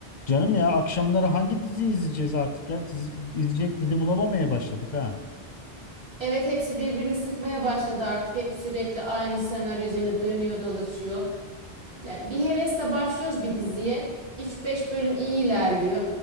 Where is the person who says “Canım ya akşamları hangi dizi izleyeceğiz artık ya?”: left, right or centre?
Left